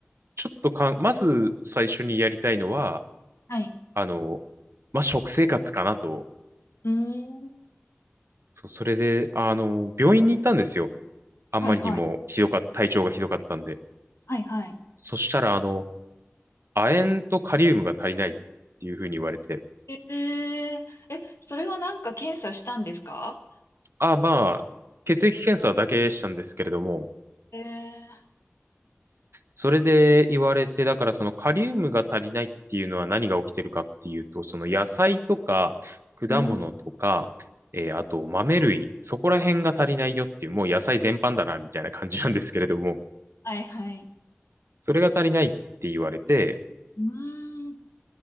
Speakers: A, on the right; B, on the left.
A: ちょっとかん、まず最初にやりたいのは、
B: はい。
A: あの、まあ食生活かなと。
B: うーん。
A: そう、それで、あの、病院に行ったんですよ。あんまりにもひどかった、
B: はいはい。
A: 体調がひどかったんで。
B: はいはい。
A: そしたら、あの、亜鉛とカリウムが足りないっていうふうに言われて、
B: えええ、それはなんか検査したんですか
A: ああまあ、血液検査だけしたんですけれども、
B: ええ
A: それで言われて、だからそのカリウムが足りないっていうのは何が起きてるかっていうと、その野菜とか果物とか、
B: うーん。
A: えーあと豆類、そこら辺が足りないよっていう、もう野菜全般だなみたいな感じなんですけれども、
B: はいはい。
A: それが足りないって言われて、
B: うーん